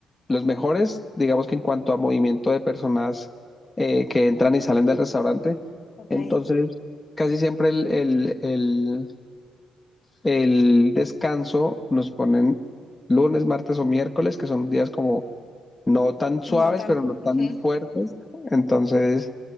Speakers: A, on the left (about 20°); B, on the left (about 50°).
A: los mejores, digamos que en cuanto a movimiento de personas eh, que entran y salen del restaurante.
B: Ok.
A: Entonces, casi siempre el, el- el- el descanso nos ponen lunes, martes o miércoles, que son días como no tan suaves,
B: No tan.
A: pero no tan
B: ujú.
A: fuertes. Entonces,